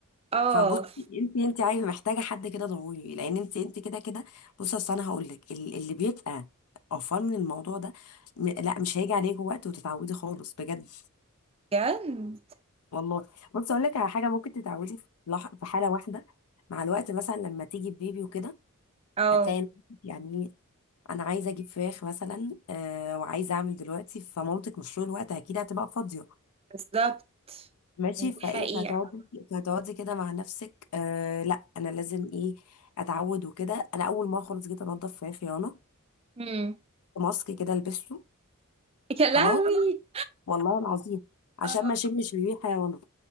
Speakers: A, on the right; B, on the left.
A: اه
B: فبصي انت انت عايزه محتاجه حد كده ضروري لان انت انت كده كده بصي اصل انا هقول لك ال- اللي بيبقى قرفان من الموضوع ده م- لا مش هيجي عليك وقت وتتعودي خالص بجد
A: بجد
B: والله بصي اقول لك على حاجه ممكن تتعودي في لح- في حاله واحده مع الوقت مثلا لما تيجي بيبي وكده
A: اه
B: هتلاقي نفسك يعني انا عايزه اجيب فراخ مثلا آه وعايزه اعمل دلوقتي فمامتك مش طول الوقت اكيد هتبقى فاضيه
A: بالظبط
B: ماشي
A: دي
B: فايه
A: حقيقة
B: فهتقعدي فهتقعدي كده مع نفسك آه لا انا لازم ايه اتعود وكده انا اول مره خالص جيت انضف في خيانه
A: امم
B: ماسك كده لبسته
A: يا
B: خلاص
A: لهوي
B: والله العظيم عشان
A: اه
B: ما اشمش بيه حيوانات